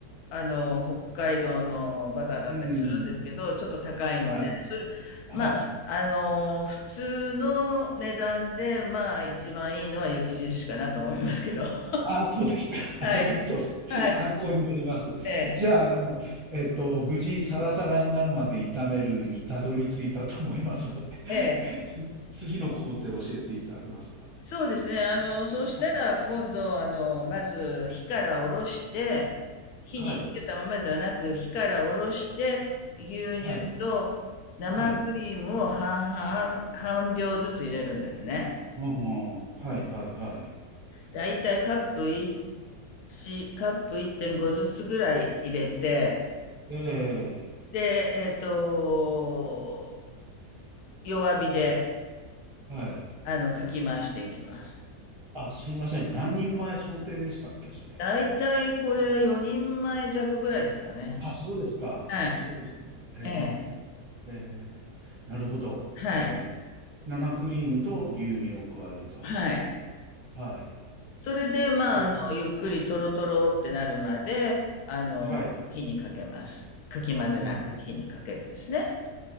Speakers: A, on the left (about 70°); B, on the right (about 25°).
A: あの、北海道のバターだったりするんですけど、
B: うん。
A: ちょっと高いので、
B: はい。
A: それ、
B: はい。
A: まあ、あの、普通の値段で、まあ、一番いいのは雪印かなと思いますけど。<laughs>
B: ああ、そうですか。<laughs>
A: はい。
B: ありがとう。<laughs>
A: はい。
B: 参考になります。
A: ええ、
B: じゃあ、あの、えっと、無事サラサラになるまで炒めるにたどり着いたと思いますので、<laughs>
A: ええ。
B: つ次の工程を教えていただけますか？
A: そうですね。あの、そうしたら、
B: はい。
A: 今度、あの、まず、火から下ろして、火につけたままではなく、
B: は
A: 火から下ろして、牛乳と生クリームを半
B: い。はい。
A: 々、半量ずつ入れるんですね。
B: うんうん。はいはいはい。
A: だいたいカップ1、カップ1.5ずつぐらい入れて、
B: え
A: で、えっと、弱火で、
B: え、はい。
A: あの、かき回していきます。
B: あ、すいません。何人前想定でしたっけ？それ。
A: だいたいこれ4人前弱ぐらいですかね。
B: あ、そうですか。
A: はい。
B: あ、そうですね。へえ。
A: ええ。
B: へえ。なるほど。
A: はい。
B: ええ。生クリームと牛乳を加えると。
A: はい。
B: はい。
A: それで、まあ、
B: で、
A: あの、ゆっくりとろとろってなるまで、あの、
B: はい。
A: 火にかけます。かき混ぜながら火にかけるんですね。
B: なるほど。